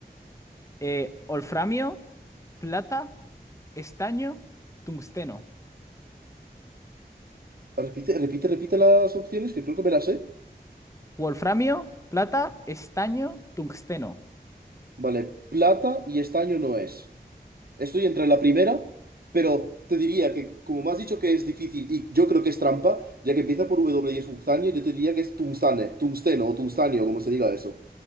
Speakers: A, on the left (about 20°); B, on the right (about 65°).
A: Eh, ¿olframio, plata, estaño, tungsteno?
B: Repite, repite, repite las opciones, que creo que me las sé.
A: Wolframio, plata, estaño, tungsteno.
B: Vale, plata y estaño no es. Estoy entre la primera, pero te diría que, como me has dicho que es difícil y yo creo que es trampa, ya que empieza por W y es Uxanio, yo te diría que es tungstane, tungsteno o tungstanio, como se diga eso.